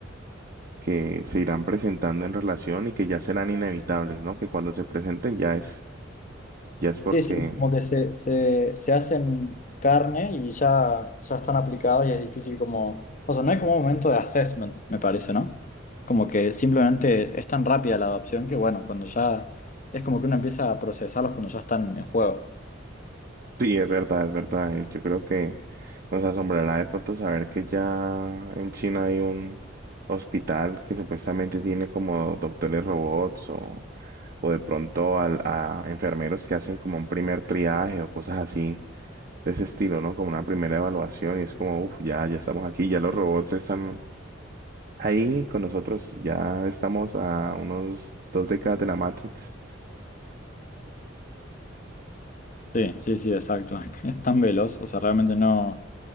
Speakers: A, on the right; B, on the left.
A: que se irán presentando en relación y que ya serán inevitables, ¿no? Que cuando se presenten ya es, ya es porque...
B: Sí, sí, como que se, se, se hacen carne y ya, ya están aplicados y es difícil como, o sea, no hay como un momento de assessment, me parece, ¿no? Como que simplemente es tan rápida la adopción que bueno, cuando ya, es como que uno empieza a procesarlos cuando ya están en juego.
A: Sí, es verdad, es verdad. y Yo creo que nos asombrará de pronto saber que ya en China hay un hospital que supuestamente tiene como doctores robots o, o de pronto al- a enfermeros que hacen como un primer triaje o cosas así de ese estilo, ¿no? Como una primera evaluación y es como, uff, ya, ya estamos aquí, ya los robots están Ahí con nosotros ya estamos a unos dos décadas de la Matrix.
B: Sí, sí, sí, exacto. <laughs> Es tan veloz, o sea, realmente no,